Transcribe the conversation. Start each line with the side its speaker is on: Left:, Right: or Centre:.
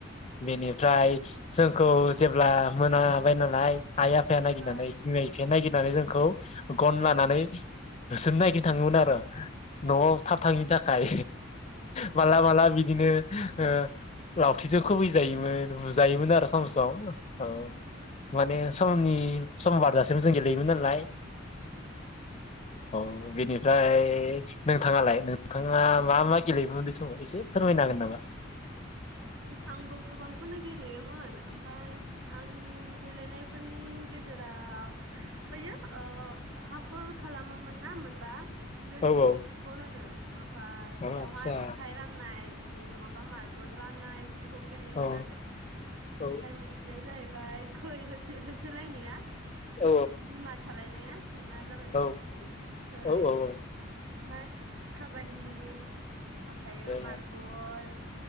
Left: बेनिफ्राय जोंखौ जेब्ला मोनाबाय नालाय आइ आफाया नागिरनानै
Right: औ
Left: <unintelligible> या नायगिरनानै जोंखौ गन लानानै होसोनो नागिरनो थाङोमोन आरो। न'आव थाब थाङिनि थाखाय माला माला बिदिनो ओ लावथिजों खुबै जायोमोन बु जायोमोन
Right: औ
Left: आरो सम सम औ माने समनि सम बारजासे जों गेलेयोमोन नालाय औ बेनिफ्राय नोंथाङालाय नोंथाङा मा मा गेलेयोमोन उन्दै समाव एसे फोरमायनो होगोन नामा?
Right: आंबो गोबांखौनो गेलेयो मोन ओमफाय आंनि गेलेनायफोरनि गेजेराव बैयो ओ हाखर खालामोमोन ना मोनबा जोंनिथिं
Left: औ औ
Right: खिखर होनो, ओमफाय
Left: औ
Right: बेयावहाय
Left: आतसा
Right: अन्थाइ राननाय बि दि नङाबा मार्बल रान्नाय बिदिखौ गेलेयोमोन
Left: औ
Right: आरो
Left: औ
Right: ओमफाय मोनसेया जाहै बाय खै होसो होसोलायनाया
Left: औ
Right: बिमा थालायनाया सैमा जालायनाया
Left: औ
Right: बिदि खै ओमफ्राय
Left: औ औ औ
Right: काबादि ओमफ्रायो
Left: ए
Right: मार्बल